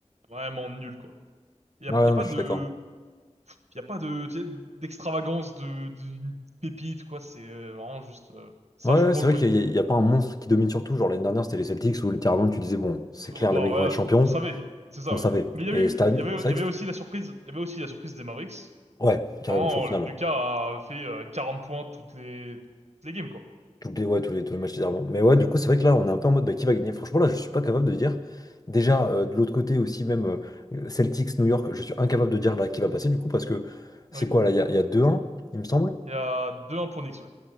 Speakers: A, on the right (about 70°); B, on the left (about 30°).
A: vraiment nulles, quoi. Il y
B: ouais,
A: a, y
B: non,
A: a pas
B: mais je
A: de,
B: suis d'accord.
A: y a pas de, tu sais, d'extravagance, de, d'une pépite, quoi. C'est euh, vraiment juste, euh, ça
B: Ouais,
A: joue
B: ouais,
A: pour
B: c'est
A: jouer.
B: vrai qu'il n'y a, il y a pas un monstre qui domine sur tout. Genre l'année dernière, c'était les Celtics où littéralement tu disais, bon, c'est
A: Oh,
B: clair,
A: bah
B: les mecs
A: voilà,
B: vont être champions.
A: on savait. C'est ça,
B: On
A: ouais.
B: savait.
A: Mais il y
B: Et
A: a eu,
B: cette année,
A: il y avait,
B: c'est vrai
A: il y avait
B: que c'était-
A: aussi la surprise, il y avait aussi la surprise des Mavericks
B: ouais, carrément,
A: quand
B: jusqu'au final.
A: Lucas a fait euh, 40 points toutes les, toutes les games, quoi.
B: Tous les, ouais, tous les, tous les matchs d'avant. Mais ouais, du coup, c'est vrai que là, on est un peu en mode, bah, qui va gagner? Franchement, là, je suis pas capable de dire. Déjà, euh, de l'autre côté aussi, même euh, Celtics, New York, je suis incapable de dire là qui va passer du coup parce que c'est
A: Oui.
B: quoi là? Il y a, il y a 2-1, il me semble.
A: Il y a deux 1 pour Knicks, ouais.